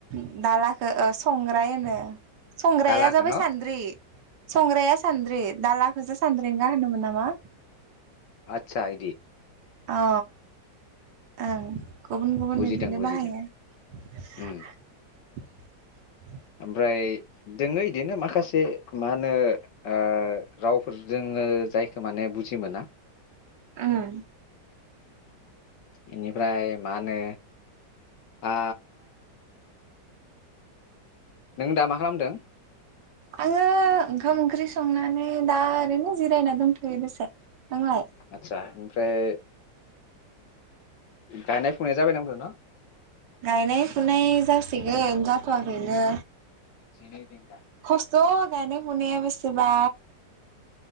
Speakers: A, on the right; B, on the left.
A: दालाखो ओ संग्राय होनो। संग्राया
B: दालाखौ
A: जाबाय सान्द्रि।
B: न'
A: संग्राया सान्द्रि दाला। खोसो सानद्रेंगा होनोमोन नामा।
B: आतसा इदि।
A: अ ओं। गुबुन-गुबुन
B: बुजिदों
A: बिदिनो
B: बुजिदों
A: बाहायो। <unintelligible>
B: उम ओमफ्राय दोङो इदिनो माखासे मा होनो ओ रावफोर जोङो जायखौ माने बुजि मोना।
A: उम।
B: बेनिफ्राय मा होनो आ नों दा मा खालामदों।
A: आङो ओंखाम ओंख्रि संनानै दा ओरैनो जिरायना दंथ'यो बेसे नोंलाय।
B: आतसा ओमफ्राय। गायनाय फुनाय जाबाय नांदों न
A: गायनाय फुनाय जासिगोन जाथ'वाखैनो
B: <unintelligible>
A: खस्थ' गायनाय फुनाया बेसेबा